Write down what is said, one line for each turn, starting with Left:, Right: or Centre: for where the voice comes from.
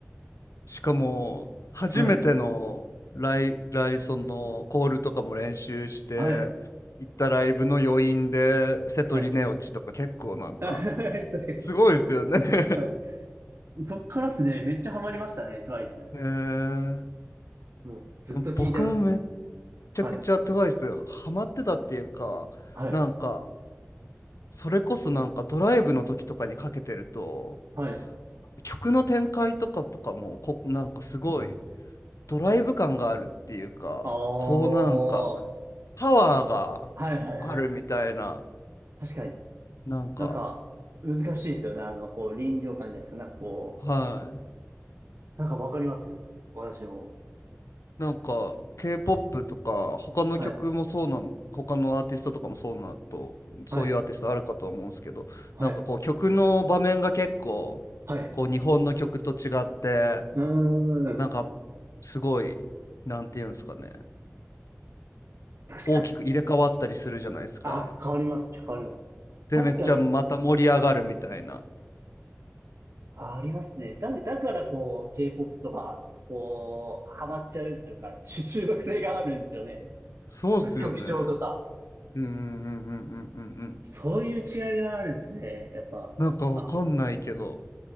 Left: しかも、初めてのライ、
Right: はい。
Left: ライ、その、コールとかも練習して、
Right: はい。
Left: 行ったライブの余韻で、セトリネオチとか結構なんか、
Right: はい。<laughs> 確かに確かに。
Left: すごいですよね <laughs>
Right: はい。そっからっすね、めっちゃハマりましたね、TWICE。
Left: えー、
Right: もう、ずっと聞いてました。
Left: でも僕もめっちゃくちゃトゥワイスハマってたっていうか、
Right: はい。はい。
Left: なんか、それこそなんかドライブの時とかにかけてると、
Right: はい。
Left: 曲の展開とかとかもこ、なんかすごい、ドライブ感があるっていうか、
Right: ああ。
Left: こうなんか、
Right: はい
Left: パワーがあるみたいな、
Right: はいはいはい。確かに。
Left: なんか、
Right: なんか、難しいですよね。あの、こう、臨場感じゃないですか。なんかこ
Left: はい。
Right: なんかわかります私も。
Left: なんか、K-POP とか、他の曲もそうなの、
Right: はい。
Left: 他のアーティストとかもそうなと、そういうアーティストあるかと思うんですけど、
Right: はい。はい。
Left: なんかこう、曲の場面が結構、
Right: はい。
Left: こう、日本の曲と違って、
Right: うーん。
Left: なんか、すごい、なんていうんですかね、
Right: 確かに。
Left: 大きく入れ替わったりするじゃないですか。
Right: あ、変わります。変わります。
Left: で、
Right: 確かに。
Left: めっちゃまた盛り上がるみたいな。
Right: あ、りますね。だ、だからこう、K-POP とか、こう、ハマっちゃうというか、中中毒性があるんですよね。
Left: そうっすよね。
Right: 曲調とか。
Left: うんうんうんうんうんうんうん。
Right: そういう違いがあるんですね。やっぱ。
Left: なんかわかんないけど。
Right: あ、